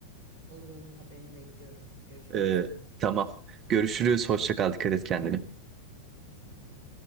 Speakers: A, on the right; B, on the right.
A: Olur olur haberini bekliyorum. Görüşmek
B: Ee,
A: üzere.
B: tamam. Görüşürüz. Hoşça kal. Dikkat et kendine.
A: Sen de.